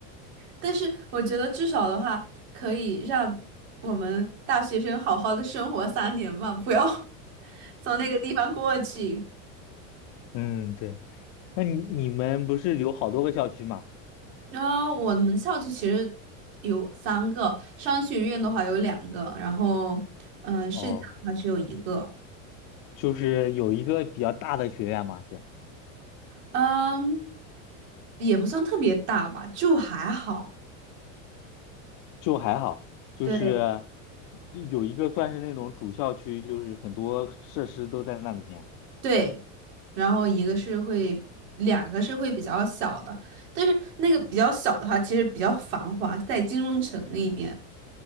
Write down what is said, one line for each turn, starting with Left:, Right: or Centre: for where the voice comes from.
Right: 但是我觉得至少的话，可以让我们大学生好好的生活三年吧，不要 <laughs> 从那个地方过去。
Left: 嗯，对。那你你们不是有好多个校区吗？
Right: 然后我们校区其实有三个，商学院的话有两个，然后嗯、呃剩下的话只有一个，
Left: 哦，就是有一个比较大的学院嘛，是
Right: 嗯，也不算特别大吧，就还好。
Left: 就还好，就是
Right: 对。
Left: 就有一个算是那种主校区，就是很多设施都在那里面。
Right: 对，然后一个是会，两个是会比较小的，但是那个比较小的话，其实比较繁华，在金融城那边。